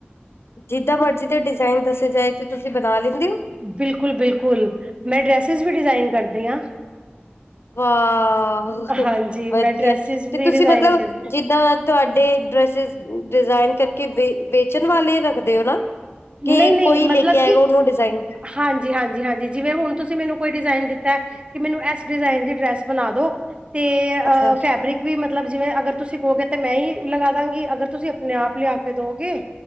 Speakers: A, on the left (about 75°); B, on the right (about 25°).
A: ਜਿੱਦਾਂ ਮਰਜ਼ੀ ਦੇ ਡਿਜ਼ਾਇਨ ਦੱਸੇ ਜਾਏ ਤੇ ਤੁਸੀਂ ਬਣਾ ਲੈਂਦੇ ਹੋ?
B: ਬਿਲਕੁਲ-ਬਿਲਕੁਲ। ਮੈਂ ਡਰੈਸਿਸ ਵੀ ਡਿਜ਼ਾਇਨ ਕਰਦੀ ਹਾਂ।
A: <unintelligible> ਵਾਹ
B: ਹਾਂਜੀ
A: ਵਧੀਆ
B: ਮੈਂ ਡਰੈਸਿਸ
A: ਤੇ
B: ਵੀ
A: ਤੁਸੀਂ
B: ਡਿਜ਼ਾਇਨ
A: ਮਤਲਬ
B: ਕਰਦੀ
A: ਜਿੱਦਾਂ- ਤੁਹਾਡੇ ਡਰੈਸਿਸ ਡਿਜ਼ਾਇਨ ਕਰਕੇੇ ਵੇਚਣ ਵਾਲੇ ਰੱਖਦੇ ਹੋ ਨਾ। ਕਿ
B: ਨਹੀਂ ਨਹੀਂ
A: ਕੋਈ
B: ਮਤਲਬ
A: ਲੈ ਕੇ ਆਏਗਾ
B: ਕਿ
A: ਉਹਨੂੰ ਡਿਜ਼ਾਇਨ-
B: ਹਾਂਜੀ- ਹਾਂਜੀ ਹਾਂਜੀ ਜਿਵੇਂ ਹੁਣ ਤੁਸੀਂ ਮੈਨੂੰ ਕੋਈ ਡਿਜ਼ਾਇਨ ਦਿੱਤਾ ਏ। ਕਿ ਮੈਨੂੰ ਇਸ ਡਿਜ਼ਾਇਨ ਦੀ ਡਰੈਸ ਬਣਾ ਦੋ, ਤੇ ਅ
A: ਅੱਛਾ
B: ਫੈਬਰਿਕ- ਵੀ ਮਤਲਬ ਜਿਵੇਂ ਅਗਰ ਤੁਸੀਂ ਕਹੋਗੇ ਤਾਂ ਮੈਂ ਹੀ ਲਗਾ ਦਾਂਗੀ ਅਗਰ ਤੁਸੀਂ ਆਪਣੇ ਆਪ ਲਿਆ ਕੇ ਦੋਗੇ-